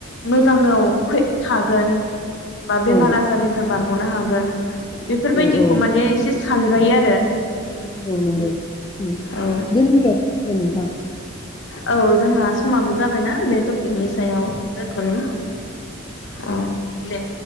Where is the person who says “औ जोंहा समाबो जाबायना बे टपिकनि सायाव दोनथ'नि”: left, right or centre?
Left